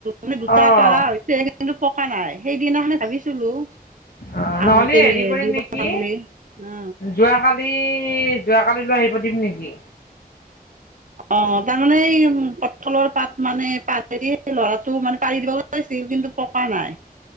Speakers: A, on the right; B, on the left.
A: মানে দুটা
B: অঁ
A: পাৰা হৈছে কিন্তু পকা নাই সেইদিনাখনে ভাবিছিলো
B: অ
A: আহোতে
B: নহলে হেৰি
A: নিয়ে
B: কৰিম
A: দি
B: নেকি
A: পঠাম বুলি অ
B: যোৱাকালি যোৱাকালি লৈ আহি পাতিম নেকি
A: অ তাৰমানে এই উ পঠলৰ পাত মানে পাত হেৰি ল'ৰাটো মানে পাৰি দিব লিছিল কিন্তু পকা নাই